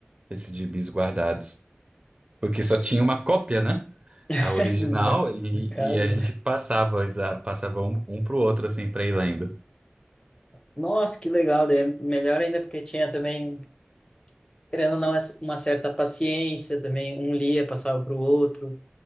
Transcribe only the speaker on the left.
<laughs>
No,
no caso.
né?
Nossa, que legal. Daí é melhor ainda porque tinha também, querendo ou não, essa- uma certa paciência também. Um lia, passava para o outro.